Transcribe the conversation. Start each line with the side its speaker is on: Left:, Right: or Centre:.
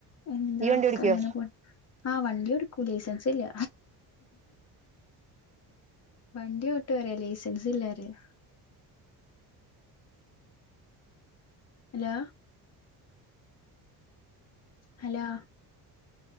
Left: എന്താ
Right: ഈ വണ്ടി
Left: ഒക്കെ
Right: ഓടിക്കോ
Left: അങ്ങനെ പോണ് ആ വണ്ടി എട്ക്കും ലൈസെൻസ് ഇല്ല വണ്ടി ഓട്ടും റയാ ലൈസൻസില്ല റയാ hello hello